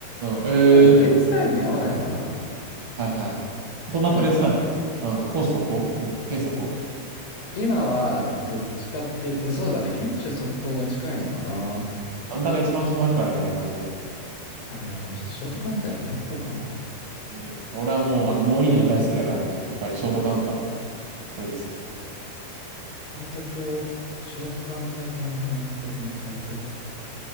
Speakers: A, on the right (about 65°); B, on the left (about 80°).
A: うん、
B: 多分プレイスタイルに合わないのかな。
A: ええはいはい。どんなプレイスタイルうん、
B: なんかた、
A: 攻守速攻うん、剣速攻
B: 今はどっちかっていうと、そうだね、堅守速攻が近いのかな。
A: カウンターが一番決まるからね、マジで。
B: ああ、ちょっとショートカウンターに変えてこうかな。
A: うん、俺はもう、あの、モーリーニョ大好きだからね、やっぱりショートカウンター、これですよ。
B: 監督を、ショートカウンター系の監督に変えておこ